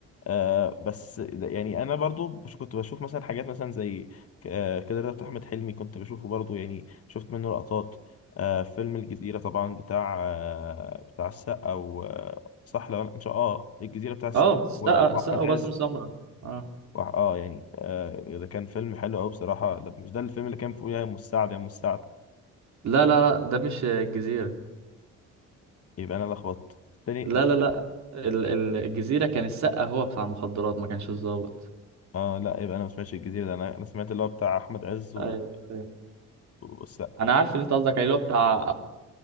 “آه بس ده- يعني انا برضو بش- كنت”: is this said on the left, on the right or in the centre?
Left